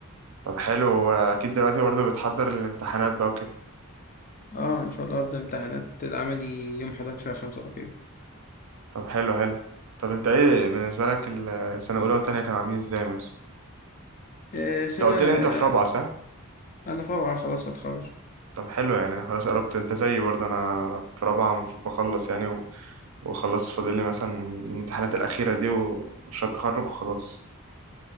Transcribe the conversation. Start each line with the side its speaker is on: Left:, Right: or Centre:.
Right: طب حلو اكيد دلوقتي برضه بتحضر الامتحانات بقى وكده
Left: اه ان شاء الله هبدأ امتحانات العملي يوم 11 خمسة تقريبا
Right: طب حلو حلو طب انت ايه بالنسبة لك السنة الأولى والتانية كانوا عاملين ازاي مثلا؟
Left: آه، سنة
Right: انت قلت لي انت في رابعة صح؟
Left: انا في رابعة خلاص هتخرج
Right: طب حلو يعني خلاص قربت انت زيي برضه انا في رابعة المفروض بخلص يعني و... وخلاص فاضل لي مثلا الامتحانات الأخيرة دي ومشروع التخرج وخلاص